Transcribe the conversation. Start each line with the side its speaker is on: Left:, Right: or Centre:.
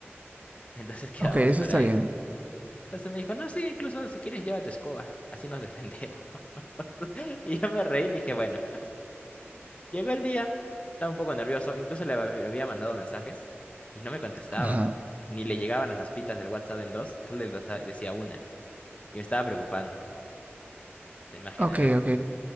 Left: <laughs> Entonces quedamos
Right: Ok, eso
Left: para
Right: está bien.
Left: eso. Entonces me dijo, no, sí, incluso si quieres lleva tu escoba, así nos defendemos. <laughs> Y yo me reí y le dije, bueno, llegó el día, estaba un poco nervioso, incluso le hab- había mandado mensajes y no me contestaba,
Right: Ajá.
Left: ni le llegaban las aspitas del WhatsApp en dos, solo le dasa- decía una, y me estaba preocupando, te imaginarás.
Right: Ok, ok.